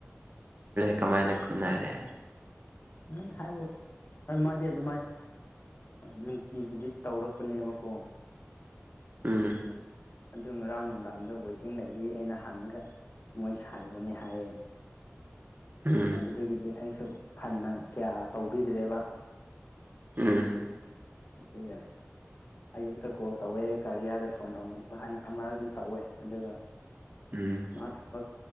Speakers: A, on the right (about 40°); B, on the left (about 45°).
A: ꯀꯃꯥꯏꯅ ꯈꯨꯅꯔꯦ
B: ꯎꯝ ꯍꯥꯏꯕ ꯍꯣꯏ ꯃꯥꯗꯤ ꯑꯗꯨꯃꯥꯏ ꯅꯨꯡꯇꯤꯒꯤꯗꯤ ꯇꯧꯔꯛꯄꯅꯦꯕꯀꯣ
A: ꯎꯝ
B: ꯑꯗꯨ ꯉꯔꯥꯡ ꯅꯨꯡꯗꯥꯡꯗ ꯋꯦꯇꯤꯡ ꯂꯩꯕꯒꯤ ꯑꯩꯅ ꯍꯪꯉꯒ ꯃꯣꯏ ꯁꯥꯏꯕꯅꯦ ꯍꯥꯏꯌꯦ <unintelligible>
A: ꯎꯝ
B: ꯑꯗꯨꯗꯒꯤꯗꯤ ꯑꯩꯁꯨ ꯍꯟꯅ ꯀꯌꯥ ꯇꯧꯕꯤꯗ꯭ꯔꯦꯕ
A: ꯎꯝ
B: ꯑꯗꯨꯒ ꯑꯌꯨꯛꯇ ꯀꯣꯜ ꯇꯧꯋꯦ ꯀꯔꯤꯌꯥꯔꯗ ꯐꯣꯟ ꯇꯧꯅꯕ ꯍꯥꯏꯅ ꯑꯃꯔꯛꯗꯤ ꯇꯧꯋꯦ ꯑꯗꯨꯒ
A: ꯎꯝ
B: ꯃꯥ ꯊꯕꯛ